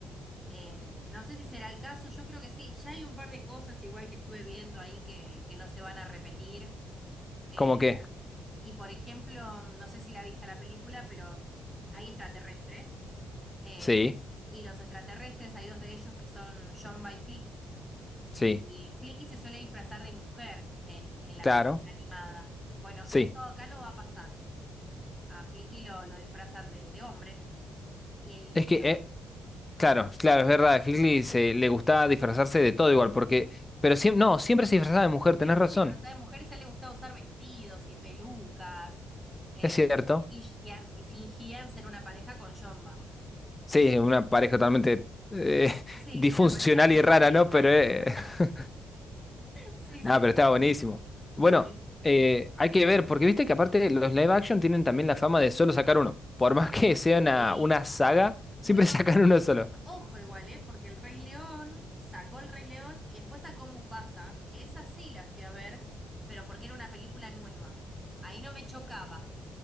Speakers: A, in the centre; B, on the left.
A: Eh, no sé si será el caso, yo creo que sí. Ya hay un par de cosas igual que estuve viendo ahí que, que no se van a repetir. Eh,
B: ¿Cómo que?
A: y por ejemplo, no sé si la viste la película, pero hay extraterrestres. Eh,
B: Sí,
A: y los extraterrestres, hay dos de ellos que son John by
B: sí,
A: y Flicky se suele disfrazar de mujer en, en la
B: claro,
A: película animada. Bueno,
B: sí.
A: eso acá no va a pasar. A Flicky lo, lo disfrazan de, de hombre. Y,
B: Es que,
A: y
B: eh, claro, claro, es verdad, a Figley se, le gustaba disfrazarse de todo igual, porque, pero siempre, no, siempre se disfrazaba de mujer,
A: siempre
B: tenés razón.
A: se disfraza de mujeres y a él le gusta usar vestidos y pelucas. eh,
B: Es cierto.
A: y, y as- y fingían ser una pareja con Jomba.
B: Sí, es una pareja totalmente eh, <laughs>
A: Sí,
B: disfuncional
A: sí, una pareja dispareja.
B: y rara, ¿no? Pero, eh,
A: <laughs>
B: <laughs>
A: Sí,
B: nada,
A: sí,
B: pero
A: sí.
B: estaba buenísimo. Bueno,
A: A mí,
B: eh, hay que ver, porque viste que aparte los live action tienen también la fama de solo sacar uno. Por más que sea una,
A: sí.
B: una saga,
A: Bueno,
B: siempre <laughs> sacan uno solo.
A: Ojo igual, ¿eh? Porque el Rey León sacó el Rey León y después sacó Mufasa, que esa sí la fui a ver, pero porque era una película nueva. Ahí no me chocaba